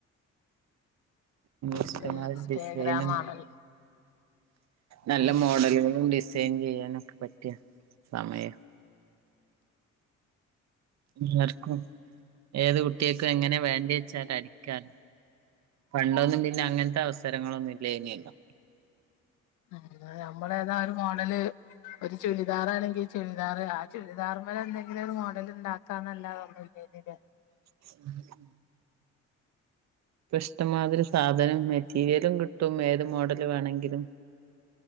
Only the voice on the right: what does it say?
ഇഷ്ടമാതി
ഡിസൈനും
നല്ല
മോഡലുകളും ഡിസൈൻ ചെയ്യാനൊക്കെ പറ്റിയ സമയ എല്ലാർക്കും ഏത് കുട്ട്യോക്ക് എങ്ങനെ വേണ്ട്യേച്ചാല് അടിക്കാനും പണ്ടൊന്നും പിന്നെ അങ്ങനത്തെ അവസരങ്ങളൊന്നും ഇല്ലേന്യല്ലോ
<unintelligible> ഇപ്പ ഇഷ്ടമാതിരി സാധനം മെറ്റീരിയലും കിട്ടും ഏത് മോഡല് വേണങ്കിലും